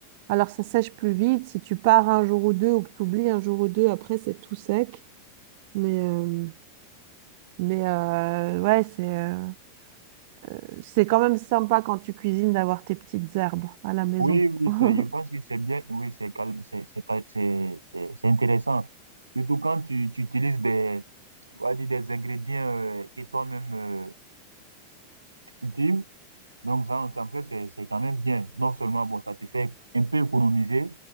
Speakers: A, on the right; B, on the right.
A: Alors, ça sèche plus vite. Si tu pars un jour ou deux ou que tu oublies un jour ou deux, après, c'est tout sec. Mais, euh, mais euh, ouais, c'est euh, euh, c'est quand même sympa quand tu cuisines d'avoir tes petites herbes à la maison.
B: Oui, oui,
A: <laughs>
B: c'est, je pense que c'est bien, oui, c'est calme, c'est, c'est, cal- c'est, c'est, c'est intéressant. Surtout quand tu, tu utilises des, on va dire des ingrédients euh, que toi-même euh, cultives. Donc, ça, en fait, c'est, c'est quand même bien. Non seulement, bon, ça te fait un peu économiser,